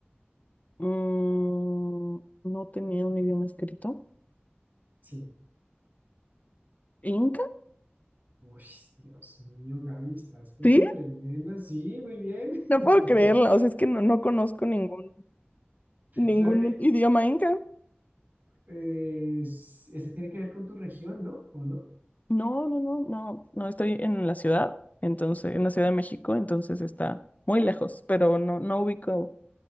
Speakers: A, on the left; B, on the right.
A: Mm, no tenía un idioma escrito.
B: Sí.
A: ¿Inca?
B: Uy, Dios mío, Gaby, estás pero
A: Sí,
B: tremenda. Sí, muy bien.
A: no
B: <laughs>
A: puedo creerlo. O sea, es que no, no conozco ningún, ningún
B: Claro que
A: idioma inca.
B: eh, es- este tiene que ver con tu región, ¿no? ¿O no?
A: No, no, no, no, no estoy en la ciudad, entonces, en la Ciudad de México, entonces está muy lejos, pero no, no ubico